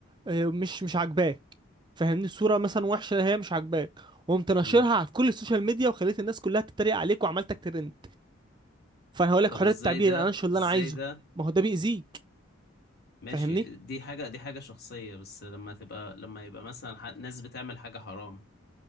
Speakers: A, on the right (about 20°); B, on the left (about 50°).
A: آه، مش مش عاجباك فاهمني الصورة مثلا وحشة هي مش عاجباك وقمت ناشرها
B: مم.
A: على كل السوشيال ميديا وخليت الناس كلها تتريق عليك وعملتك ترند فانا هقول لك
B: طب
A: حرية
B: ازاي
A: التعبير
B: ده
A: انا انشر اللي
B: ازاي
A: انا عايزه
B: ده
A: ما هو ده بيأذيك
B: ماشي
A: فاهمني
B: دي حاجة دي حاجة شخصية بس لما تبقى لما يبقى مثلا ح- ناس بتعمل حاجة حرام